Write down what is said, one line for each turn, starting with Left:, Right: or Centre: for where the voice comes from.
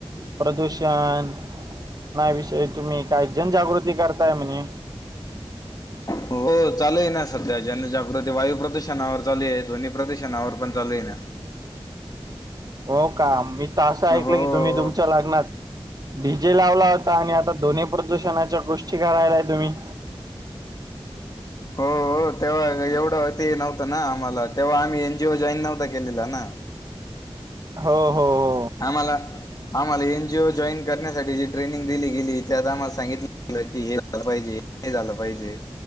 Right: प्रदूषण नाही विषय तुम्ही काय जनजागृती करताय म्हने
Left: हो चालू आहे ना सध्या जनजागृती वायू प्रदूषणावर चालू आहे ध्वनी प्रदूषणावर पण चालू आहे ना.
Right: हो का मी तर असं ऐकलं
Left: हो
Right: की तुम्ही तुमच्या लग्नात डीजे लावला होता आणि आता ध्वनी प्रदूषणाच्या गोष्टी करायलाय तुम्ही
Left: हो हो तेव्हा एवढं ते नव्हतं ना आम्हाला तेव्हा आम्ही एन जीओ जॉईन नव्हता केलेला ना.
Right: हो हो हो.
Left: आम्हाला आम्हाला एनजीओ जॉईन करण्यासाठी जी ट्रेनिंग दिली गेली त्या आम्हाला सांगितलं की हे पाहिजे हे झालं पाहिजे